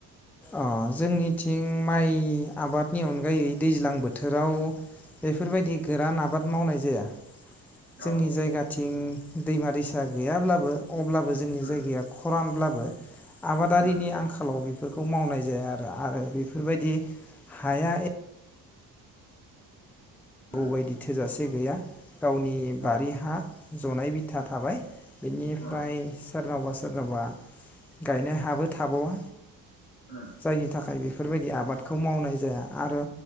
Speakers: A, in the centre; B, on the left (about 85°).
A: अ जोंनिथिं माइ आबादनि अनगायै दैज्लां बोथोराव बेफोरबायदि गोरान आबाद मावनाय जाया। जोंनि
B: औ
A: जायगाथिं दैमा दैसा गैयाब्लाबो अब्लाबो जोंनि
B: उम
A: जायगाया खरानब्ला <unintelligible> आबादारिनि
B: उम
A: आंखालाव बे खौ मावनाय जाया आरो आरो बेफोरबायदि हाया ए <unintelligible> गैया‌।
B: उम
A: गावनि बारि
B: औ
A: हा जनाय बिथा थाबाय बिनिफ्राय
B: उम
A: सोरनावबा सोरनावबा गायनाय हाबो थाबावा।
B: उम
A: जायनि थाखाय बे बेफोरबायदि आबादखौ मावनाय जाया आरो